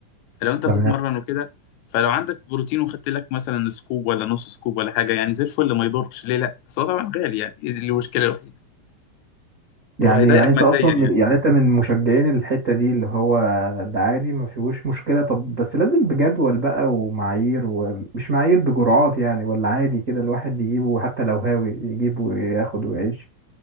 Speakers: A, on the left; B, on the right.
A: فلو أنت
B: تمام
A: بتتمرن وكده فلو عندك بروتين وخدت لك مثلا سكوب ولا نص سكوب ولا حاجة يعني زي الفل ما يضرش ليه لأ بس هو طبعا غالي يعني دي المشكلة الوحيدة
B: يعني
A: هو هيضايقك
B: يعني انت
A: ماديا
B: اصلا
A: يعني
B: من- يعني انت من مشجعين الحته دي اللي هو ده عادي ما فيهوش مشكله طب بس لازم بجدول بقى ومعايير ومش معايير بجرعات يعني ولا عادي كده الواحد يجيبه حتى لو هاوي يجيبه وياخد ويعيش